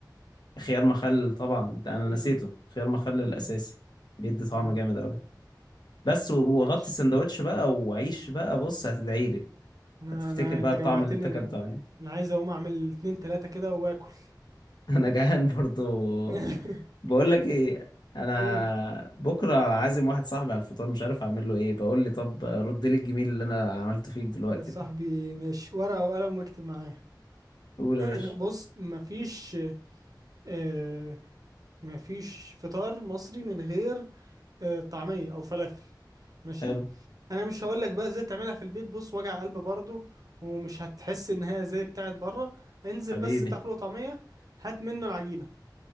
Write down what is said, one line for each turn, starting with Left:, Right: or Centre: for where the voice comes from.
Left: خيار مخلل طبعا أنت- أنا
Right: امم
Left: نسيته خيار مخلل الأساسي
Right: امم
Left: بيدي طعم
Right: امم
Left: جامد أوي بس و-
Right: ماشي
Left: وغطي السندوتش بقى وعيش بقى بص هتدعي لي
Right: انا
Left: هتفتكر
Right: انا
Left: بقى
Right: انت
Left: الطعم
Right: جوعتني
Left: اللي انت اكلته
Right: انا
Left: عندي
Right: انا عايز اقوم اعمل اتنين تلاتة كده واكل
Left: <laughs> انا جعان برضو
Right: <laughs>
Left: بقول لك ايه انا
Right: اوه
Left: بكره عازم واحد صاحبي على الفطار مش عارف اعمل له ايه بقول لي طب رد لي الجميل اللي انا عملته فيك دلوقتي
Right: يا صاحبي
Left: ده
Right: ماشي ورقة وقلم واكتب معايا
Left: قول
Right: <laughs>
Left: يا
Right: <clears throat>
Left: باشا
Right: بص مفيش آه مفيش فطار مصري من غير آه، طعمية او فلافل ماشي
Left: حلو
Right: انا مش هقولك بقى ازاي تعملها في البيت بص وجع قلب برضو ومش هتحس ان هي زي بتاعت بره انزل
Left: حبيبي
Right: بس بتاع فول وطعمية هات منه العجينة